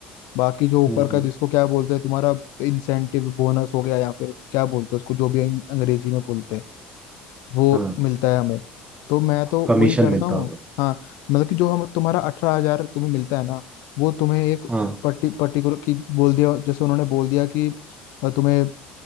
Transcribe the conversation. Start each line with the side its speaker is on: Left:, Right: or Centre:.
Left: बाकी जो ऊपर
Right: हम्म
Left: का
Right: हम्म,
Left: जिसको क्या बोलते हैं तुम्हारा इंसेंटिव बोनस हो गया या फिर क्या बोलते हैं उसको जो भी अं- अंग्रेजी में बोलते हैं वो
Right: हाँ
Left: मिलता है हमें तो मैं तो
Right: कमीशन
Left: वही करता
Right: मिलता
Left: हूँ
Right: होगा
Left: हाँ मतलब कि जो हम तुम्हारा अठारह हजार तुम्हें मिलता है ना वो तुम्हें एक
Right: हाँ
Left: पर्टि पर्टिकुलर की बोल दिया जैसे उन्होंने बोल दिया कि अ, तुम्हें अ,